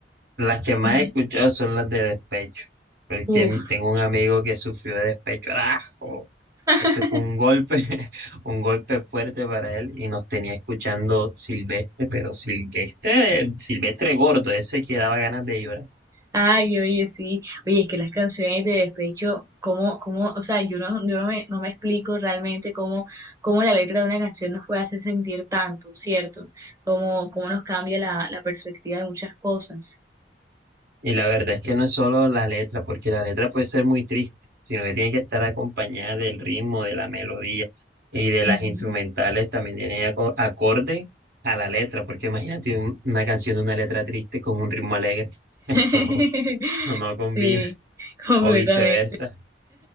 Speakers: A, on the right; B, on the right.
A: Las que más
B: <laughs>
A: he escuchado son las de despecho. Porque
B: Uf.
A: tengo un amigo que sufrió de despecho. ¡Arajo!
B: <laughs>
A: Ese fue un golpe, <laughs> un golpe fuerte para él y nos tenía escuchando Silvestre, pero Silvestre, Silvestre gordo, ese que daba ganas de llorar.
B: Ay, oye, sí. Oye, es que las canciones de despecho, cómo, cómo, o sea, yo no, yo no me, no me explico realmente cómo, cómo la letra de una canción nos puede hacer sentir tanto, ¿cierto? Cómo, cómo nos cambia la, la perspectiva de muchas cosas.
A: Y la verdad es que no es solo la letra, porque la letra puede ser muy triste, sino que tiene que estar acompañada del ritmo, de la melodía y de las
B: Ujú.
A: instrumentales también tiene aco- acorde a la letra, porque imagínate un- una canción de una letra triste con un ritmo alegre, <laughs>
B: <laughs>
A: eso no, eso no
B: Sí,
A: combina,
B: completamente.
A: o viceversa.